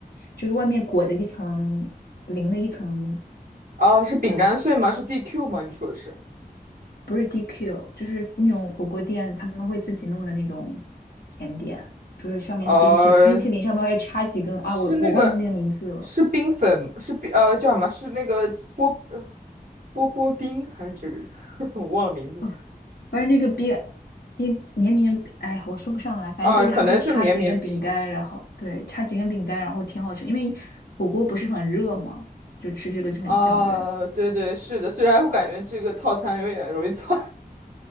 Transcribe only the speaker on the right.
啊，是饼干碎吗？
是 DQ 吗？你说的是？
呃，
是那个，
是冰粉，是冰，呃，叫什么？是那个波，呃，波波冰还是这个？<laughs> 我忘了名字。
啊，可能是绵绵冰。
啊，对对，是的。虽然我感觉这个套餐有点容易错。